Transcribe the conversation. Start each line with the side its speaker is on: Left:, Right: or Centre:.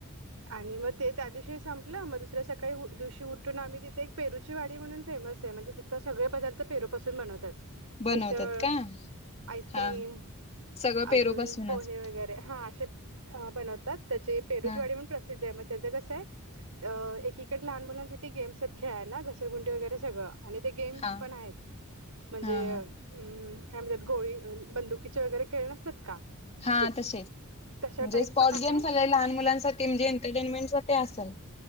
Right: आणि मग ते त्या दिवशी संपलं मग दुसऱ्या सकाळी उ दिवशी उठून आम्ही तिथे एक पेरूची वाडी म्हणून फेमस आहे म्हणजे तिथ त सगळे पदार्थ पेरूपासून बनवतात.
Left: बनवतात
Right: मिसळ
Left: का?
Right: आईस्क्रीम
Left: हा सगळं पेरू
Right: अजून
Left: पासूनच
Right: पोहे वैग वगैरे हा शेत हा अ बनवतात, त्याची पेरुचीवाडी
Left: हा
Right: म्हणून प्रसिद्ध आहे मग त्याचं कसं आहे. अ एकीकडे लहान मुलांसाठी गेम्स आहेत खेळायला घसरगुंडी वगैरे सगळं. आणि ते गेम
Left: हा
Right: पण आहेत म्हणजे
Left: हा हा
Right: उम्म काय म्हणतात. गोळी बंदुकीचे वगैरे खेळ नसतात का?
Left: हा
Right: ते
Left: तसे म्हणजे
Right: तशा टाईप
Left: स्पॉर्ट
Right: पण आहे
Left: गेम्स आलेय लहान मुलांसाठी म्हणजे एंटरटेनमेंट साठी आसल.